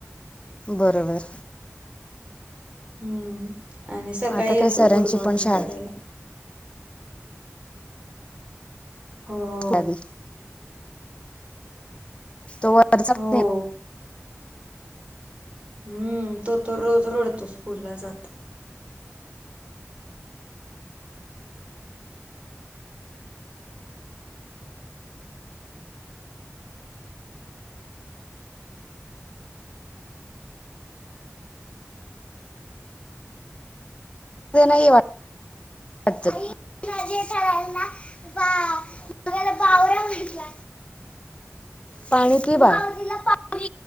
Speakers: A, on the left; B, on the right.
A: बरोबर
B: हम आणि सकाळी
A: आता
B: येतो
A: काय सरांची
B: गुड मॉर्निंग
A: पण शाळा
B: करायला हो
A: नदी तो वर जात
B: हो
A: नाही.
B: हम्म, तो तर रोज रडतो स्कूलला जाता
A: <unintelligible>
B: <inaudible>
A: म्हटला पाणी पी बाळ.